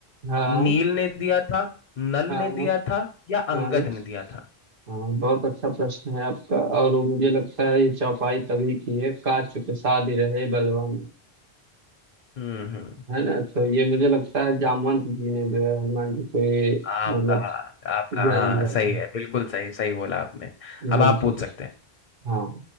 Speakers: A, on the right; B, on the left.
A: हाँ
B: नील ने दिया था नल
A: हाँ
B: ने
A: हाँ
B: दिया था या
A: हाँ
B: अंगद ने दिया था
A: हाँ, बहुत अच्छा प्रश्न है आपका और वो मुझे लगता है ये चौपाई तभी की है काच चुप साध रहे बलवान
B: हम्म हम्म
A: है ना तो ये मुझे लगता है जामवंत जी ने जो है हनुमान जी को ये
B: आपका
A: मतलब
B: आपका
A: ज्ञान
B: हाँ
A: दिया
B: सही
A: था
B: है बिल्कुल सही सही बोला आपने
A: बिल्कुल
B: अब आप पूछ सकते हैं
A: हाँ